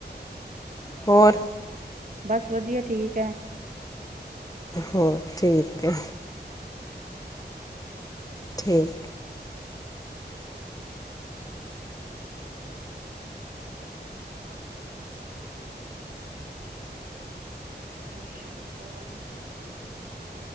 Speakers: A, on the left; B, on the right.
A: ਹੋਰ।
B: ਬਸ ਵਧੀਆ, ਠੀਕ ਐ।
A: ਹੋਰ ਠੀਕ ਏ, ਠੀਕੇ।
B: ਉਹ ਛਿਟ ਪਾਲਣੀ ਪੁਟ